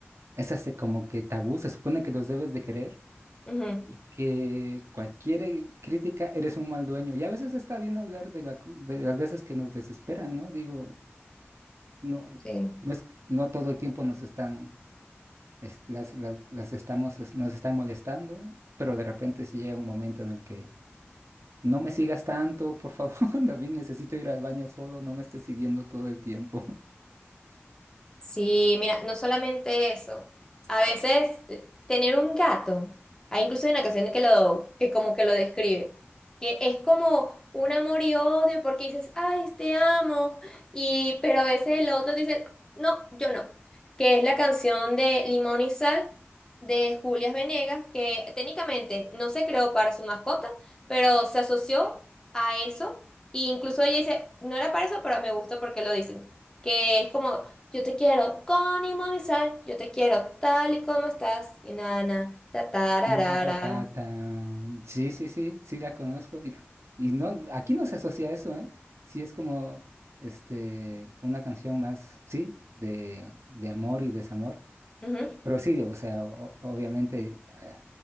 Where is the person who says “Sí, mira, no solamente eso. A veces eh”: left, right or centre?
Left